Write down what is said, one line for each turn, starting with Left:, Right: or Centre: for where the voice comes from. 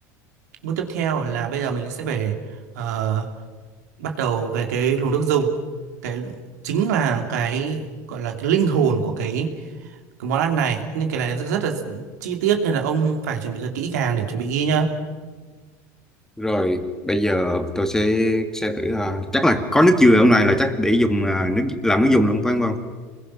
Right: bước tiếp theo là bây giờ mình sẽ phải ờ, bắt đầu về cái luồng nước dùng cái chính là cái gọi là cái linh hồn của cái, cái món ăn này nên cái này rất là chi tiết nên là ông phải chuẩn bị rất kỹ càng để chuẩn bị ghi nhá
Centre: Rồi, bây giờ tôi sẽ sẽ thử ờ, chắc là có nước dừa hôm nay là chắc để dùng ờ, nước làm nước dùng luôn phải không?